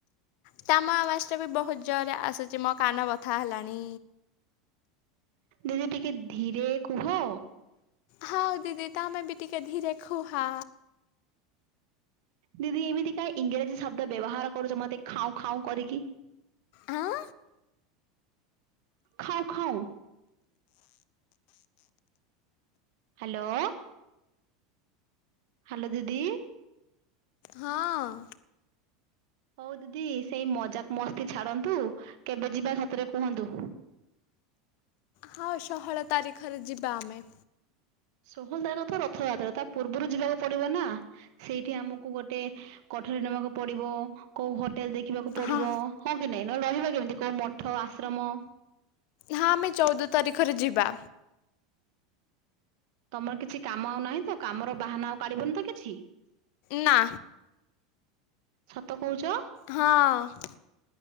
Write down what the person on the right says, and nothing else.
ଦିଦି ଟିକେ ଧୀରେ କୁହ।
ଦିଦି ଏମିତି କାଁ ଇଂରାଜୀ ଶବ୍ଦ ବ୍ୟବହାର କରୁଛ ମତେ ଖାଉଁ ଖାଉଁ କରିକି।
ଖାଏ ଖାଏ। ହ୍ୟାଲୋ। ହ୍ୟାଲୋ ଦିଦି।
ହଉ ଦିଦି ସେଇ ମଜାକ ମସ୍ତି ଛାଡନ୍ତୁ କେବେ ଯିବା ସତରେ କୁହନ୍ତୁ?
ଷୋହଳ ତାରିଖ ତ ରଥଯାତ୍ରା ତା ପୂର୍ବରୁ ଯିବାକୁ ପଡିବ ନା। ସେଇଠି ଆମକୁ ଗୋଟେ କୋଠରୀ ନବାକୁ ପଡିବ କୋଉ ହୋଟେଲ ଦେଖି ରଖିବାକୁ ପଡିବ
ହଁ କି ନାଇଁ ନ ରହିବା କେମିତି କୋଉ ମଠ ଆଶ୍ରମ।
ତମର କିଛି କାମ ଆଉ ନାହିଁ ତ କାମର ବାହାନା ଆଉ କାଢିବନି ତ କିଛି?
ସତ କହୁଛ?